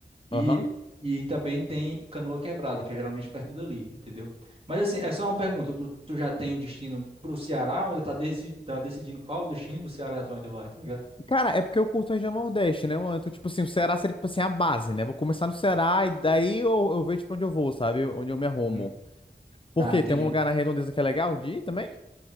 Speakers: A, on the right; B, on the left.
A: E,
B: Aham.
A: e também tem Canoa Quebrada, que é geralmente perto dali, entendeu? Mas, assim, é só uma pergunta. Tu, tu já tem um destino pro Ceará, ou ainda tá, deci, tá decidindo qual o destino do Ceará tu ainda vai, tá ligado?
B: Cara, é porque eu curto a região Nordeste, né, mano? Então, tipo assim, o Ceará seria, tipo assim, a base, né? Vou começar no Ceará e daí eu, eu vejo pra onde eu vou, sabe? Onde eu me arrumo.
A: Uhum.
B: Por
A: Tá,
B: quê?
A: entendi.
B: Tem algum lugar na Redondeza que é legal de ir também?